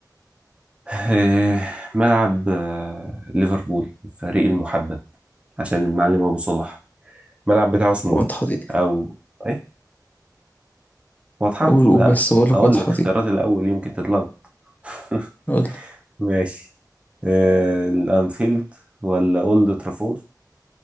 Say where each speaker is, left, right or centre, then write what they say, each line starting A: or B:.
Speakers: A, on the right (about 15°); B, on the left (about 20°).
A: <laughs> آه ملعب آه ليفربول الفريق المحبب عشان المعلم ابو صلاح الملعب بتاعه اسمه
B: واضحة
A: ايه
B: دي
A: او ايه واضحة؟
B: قول قول
A: لا
B: بس بقول
A: هقول
B: لك واضحة
A: لك اختيارات
B: دي
A: الأول يمكن تتلخبط <laughs>
B: قول لي.
A: ماشي آه، الأنفيلد ولا أولد ترافورد